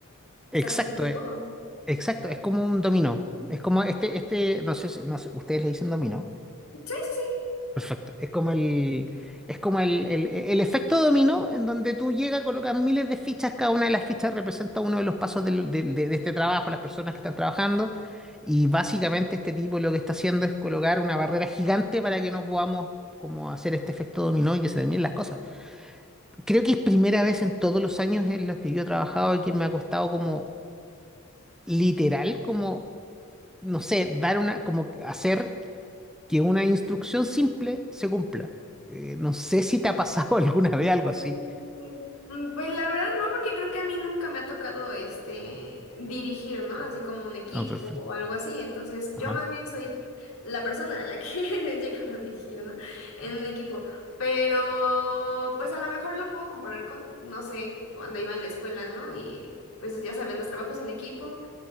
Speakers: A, on the left; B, in the centre.
A: está
B: Exacto,
A: resolviendo
B: eh.
A: todo.
B: Exacto, es como un dominó. Es como este, este, no sé, si- no sé, ustedes le dicen dominó.
A: Sí, sí, sí.
B: Perfecto. Es como el, es como el, el, el efecto dominó en donde tú llegas, colocas miles de fichas, cada una de las fichas representa uno de los pasos del- del- de, de este trabajo, las personas que están trabajando. Y básicamente este tipo lo que está haciendo es colocar una barrera gigante para que no podamos como hacer este efecto dominó y que se terminen las cosas. Creo que es primera vez en todos los años en los que yo he trabajado y que me ha costado como literal, como no sé, dar una, como que hacer que una instrucción simple se cumpla. Eh, no sé si te ha pasado <laughs> alguna vez algo así.
A: No inventes. Mm, Pues la verdad no, porque creo que a mí nunca me ha tocado este dirigir, ¿no? Así como un equipo
B: No, perfecto.
A: o algo así. Entonces, yo
B: Ajá.
A: más bien soy la persona a la que <laughs> llegan a dirigir, ¿no? En un equipo. Pero, pues a lo mejor lo puedo comparar con, no sé, cuando iba en la escuela, ¿no? Y pues ya sabes, los trabajos en equipo,